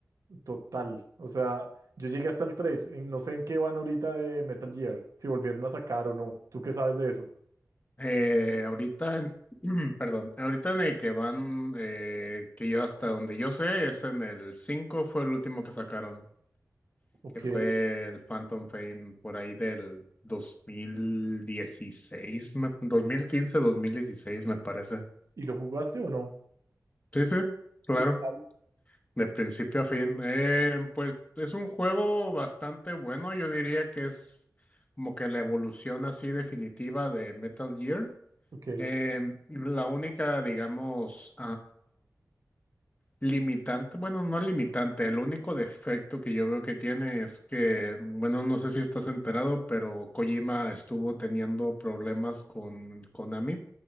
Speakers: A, on the right (about 70°); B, on the left (about 25°).
A: Total. O sea, yo llegué hasta el 3. en- no sé en qué van ahorita de Metal Gear, si volvieron a sacar o no. ¿Tú qué sabes de eso?
B: Eh, ahorita, en- <clears throat> perdón, ahorita en el que van, eh, que yo hasta donde yo sé, es en el 5. fue el último que sacaron.
A: Ok.
B: que fue el Phantom Pain por ahí del 2016, me- 2015, 2016 me parece.
A: ¿Y lo jugaste o no?
B: Sí, sí, claro,
A: ¿Y qué tal?
B: de principio a fin. Eh, pues es un juego bastante bueno, yo diría que es como que la evolución así definitiva de Metal Gear.
A: Ok,
B: Eh, la única, digamos, Limitante, bueno, no limitante, el único defecto que yo veo que tiene es que, bueno, no sé si estás enterado, pero Kojima estuvo teniendo problemas con Konami.